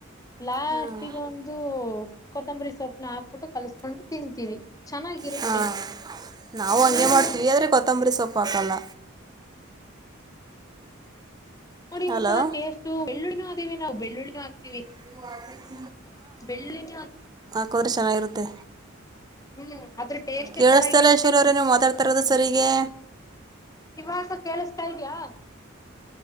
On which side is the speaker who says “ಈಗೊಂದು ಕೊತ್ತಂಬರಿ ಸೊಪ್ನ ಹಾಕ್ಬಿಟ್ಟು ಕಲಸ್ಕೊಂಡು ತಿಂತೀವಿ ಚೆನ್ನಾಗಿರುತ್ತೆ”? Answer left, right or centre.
Left